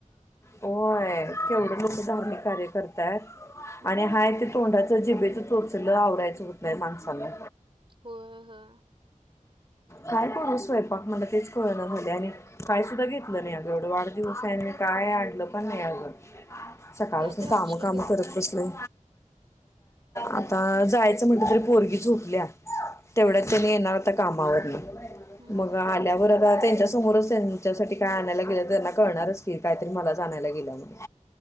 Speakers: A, on the left; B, on the right.
A: होय केवढं
B: हं.
A: लोक धार्मिक कार्य करतात
B: हं,
A: आणि हाय त <unintelligible> जिबेचं चोचल आवरायचं होत नाही माणसाला
B: होय हा
A: काय करू स्वयंपाक म्हण तेच कळ ना झाले आणि काय सुद्धा घेत लं नाही अ एवढं वाढदिवस आहे काय आणलं पण नाही अगं सकाळपासून
B: काय तर आणशील
A: काम काम
B: की नाही?
A: करत कसले आता जायचं म्हटलं तरी पोरगी झोपल्या तेवढ्याच
B: हं,
A: हेनी येणार आता कामावरन
B: हं.
A: मग आल्यावर राहात समोरच तेच्यासाठी काय आणायला गेलं त्यांना कळणारच क काहीतरी मलाच आणायला गेलं म्ह